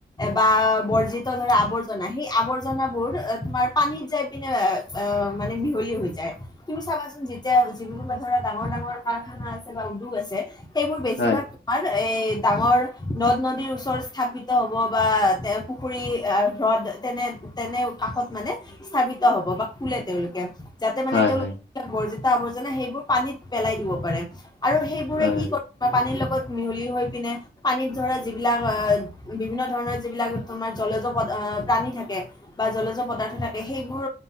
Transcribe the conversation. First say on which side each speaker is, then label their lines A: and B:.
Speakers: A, on the left (about 20°); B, on the left (about 75°).
A: বা বৰ্জিত ধৰা আৱৰ্জনা সেই আৱৰ্জনাবোৰ তোমাৰ পানীত যাই পিনে এএ এ মানে মিহলি হৈ যায়। তুমি চাবাচোন যেতিয়া যিবোৰ ধৰা ডাঙৰ ডাঙৰ কাৰখানা আছে বা উদ্যোগ আছে। সেইবোৰ বেছিভাগ
B: হয়
A: তোমাৰ এই ডাঙৰ নদ নদীৰ ওচৰত স্থাপিত হ'ব বা তে পুখুৰী আহ হ্ৰদ তেনে তেনে কাষত মানে। স্থাপিত হ'ব বা খোলে তেওঁলোকে। যাতে মানে
B: হয়
A: তেওঁলোক
B: হয়
A: বৰ্জিতা আৱৰ্জনা সেইবোৰ পানীত পেলাই দিব পাৰে আৰু সেইবোৰে
B: হয়
A: কি কৰে? পানীৰ লগত মিহলি হৈ পিনে পানীত ধৰা যিবিলাক আহ বিভিন্ন ধৰণৰ যিবিলাক তোমাৰ জলে জপট প্ৰাণী থাকে। বা জলজ পদাৰ্থ থাকে সেইবোৰ